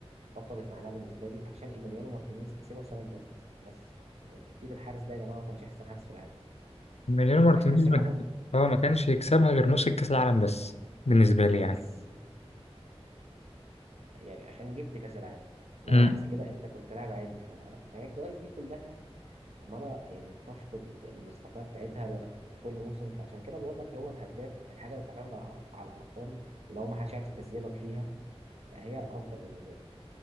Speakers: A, on the right (about 80°); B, on the left (about 80°).
A: فقدت معناها بالنسبة لي عشان إيميليانو مارتينيز كسبها السنة اللي فاتت بس يعني أكيد الحارس ده يا جماعة ما كانش أحسن حارس في العالم
B: ماريانو مارتينيز
A: كأس العالم
B: ما كان- اه ما كانش يكسبها غير نص الكاس العالم بس بالنسبه لي يعني
A: بس يعني عشان جبت كاس العالم انما
B: اه
A: عكس كده انت كنت لاعب عادي ف... فهي الجوائز دي كلها عماله يعني بتفقد المصداقيه بتاعتها في كل موسم فعشان كده بقول لك هو الهداف الحاجه اللي بتعتمد على على الارقام لو ما حدش يعرف يكذبك فيها فهي الافضل بالنسبه لي